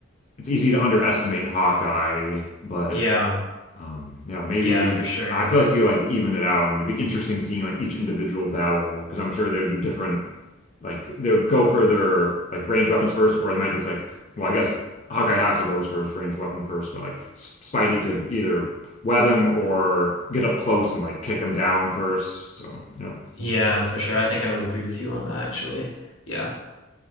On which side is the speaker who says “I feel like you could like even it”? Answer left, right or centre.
Left